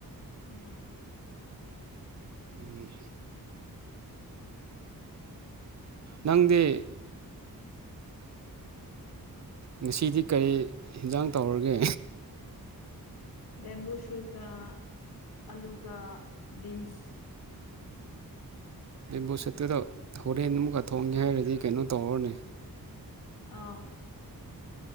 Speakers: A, on the left; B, on the right.
A: ꯎꯝ
B: ꯎꯝ ꯅꯪꯗꯤ ꯉꯁꯤꯗꯤ ꯀꯔꯤ ꯑꯦꯟꯖꯥꯡ ꯇꯧꯔꯒꯦ
A: ꯕꯦꯝꯝꯕꯨ ꯁꯨꯔꯒ ꯑꯂꯨꯒ ꯟꯁ
B: ꯑꯦ ꯕꯨꯣꯁꯠꯇꯨꯗ ꯍꯣꯔꯦꯟ ꯑꯃꯨꯛꯀ ꯊꯣꯡꯒꯦ ꯍꯥꯏꯔꯗꯤ ꯀꯩꯅꯣ ꯇꯧꯔꯅꯦ
A: ꯑꯥ